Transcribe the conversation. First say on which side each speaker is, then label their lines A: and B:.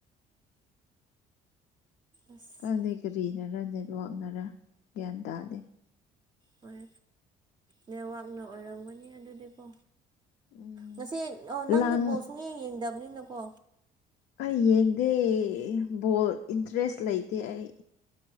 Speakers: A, on the right; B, on the left.
A: ꯑꯁ
B: ꯀꯪꯗꯦ ꯀꯔꯤꯅꯔ ꯅꯦꯠꯋꯥꯛꯅꯔ ꯒ꯭ꯌꯥꯟ ꯇꯥꯗꯦ
A: ꯍꯣꯏ ꯅꯦꯋꯥꯛꯅ ꯑꯣꯏꯔꯝꯒꯅꯤ ꯑꯗꯨꯗꯤꯀꯣ
B: ꯎꯝ
A: ꯉꯁꯤ ꯅꯪꯗꯤ
B: ꯂꯥꯡ
A: ꯕꯣꯜ ꯁꯨꯡꯌꯦꯡ ꯌꯦꯡꯗꯕꯅꯤꯅꯀꯣ
B: ꯑꯩ ꯌꯦꯡꯗꯦ ꯕꯣꯜ ꯏꯟꯇꯔꯦꯁ ꯂꯩꯇꯦ ꯑꯩ